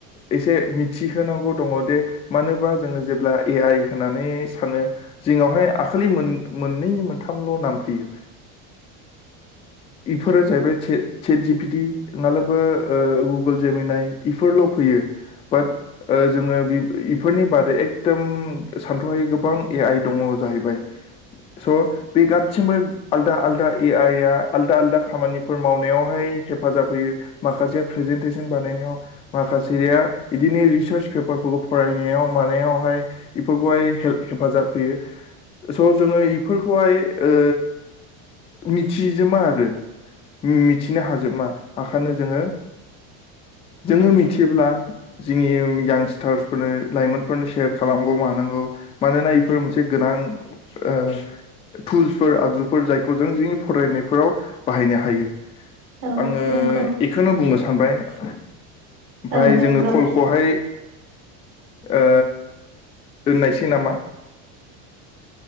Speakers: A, on the left; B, on the right.
A: एसे मिथिहोनांगौ दङ' दे मानोबा जोङो जेब्ला ए आइ होननानै सानो जोंनावहाय आखलि मोन मोननै मोनथामल' नाम फैयो इफोरो जाहैबाय चे-चेट जिपिटि मालाबा ओ गुगोल जेमोनाय इफोरल' फैयो बाट ओ जोङो इ-इफोरनि बादै एकदम सानथ्रहायै गोबां ए आइ दङ' जाहैबाय। स' बे गासिमबो आलदा आलदा ए आइ आ आलदा आलदा खामानिफोर मावनायावहाय हेफाजाब होयो माखासेया फ्रेजेनटेसन बानायनायाव माखासेया इदिनो रिसार्च पेपारफोरखौ फरायनायाव मानायावहाय इफोरखौहाय हेल्प हेफाजाब होयो स' जोङो इफोरखौहाय ओ मिथिजोमा आरो मिथिनो हाजोमा आखानो जोङो जोङो मिथियोब्ला जिंनि यां स्टार्सफोरनो लाइमोनफोरनो सेयार खालामगौ मानांगौ मानोना इफोर मोनसे गोनां। ओ थुल्सफोर आगजुफोर जायखौ जों जोंनि फरायनायफोराव बाहायनो हायो।
B: औ
A: आङो
B: नंगौ
A: इखोनो बुंनो सा सानबाय ओमफाय
B: औ नंगौ
A: जोङो खलखौहाय ओ दोननायसै नामा?